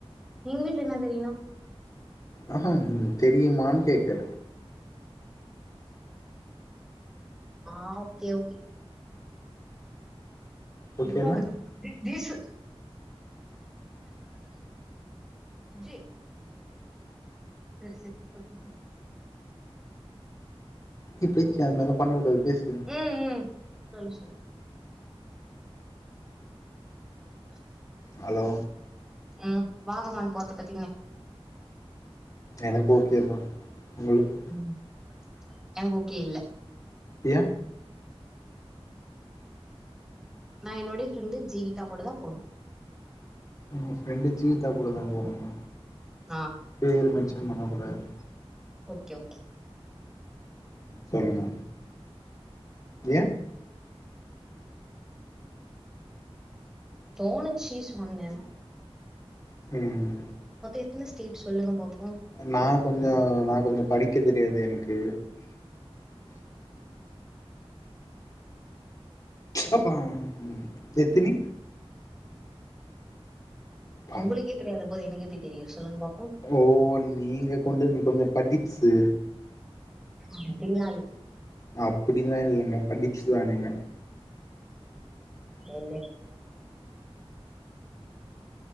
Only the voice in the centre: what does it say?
எங் வீட்ல என்ன தெரிணு
ஆ ஓகே ஓகே
ோது ச சு சரி சரி அத கூப்பரு
ம் ம் சொல்லு சொல்லு உம்
ம் வாகவான் பாத்துட்டு
ம் எனக்கு ஓகே இல்ல
நா என்னோடைய ஃப்ரெண்டு ஜீவிதா கூட தா போணு
நா
ஓகே ஓகே
தோணுச்சி சொன்னே
எத்தன ஸ்டேட் சொல்லுங்க பாப்போம்?
அவ்ங்குளுக்கே தெரியாத போது எனக்கெப்டி தெரியு சொல்லுங்க பாப்
அப்டிலால்
லேலே